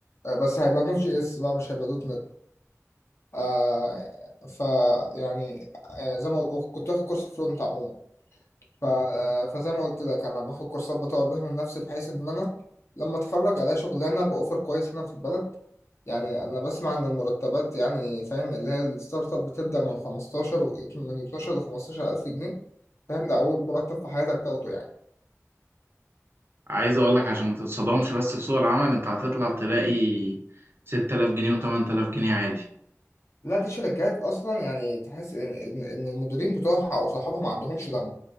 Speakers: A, on the left (about 55°); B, on the right (about 50°).
A: آه، بس هيبقى نوت جي اس بقى مش هيبقى دوت نت آه ف يعني آه زي ما قلت كنت واخد كورس فرونت عموما ف... آه فزي ما قلت لك انا باخد كورسات بطور بيها من نفسي بحيث ان انا لما اتخرج الاقي شغلانه باوفر كويس هنا في البلد يعني انا بسمع ان المرتبات يعني فاهم اللي هي الستارت اب بتبدا من 15 و- من 12 ل 15 الف جنيه فاهم ده اول مرتب في حياتك تاخده يعني
B: عايز اقول لك عشان ما تتصدمش بس في سوق العمل انت هتطلع تلاقي 6000 جنيه و8000 جنيه عادي
A: لا دي شركات اصلا يعني تحس ان ان إن المديرين بتوعها او صحابها ما عندهمش دم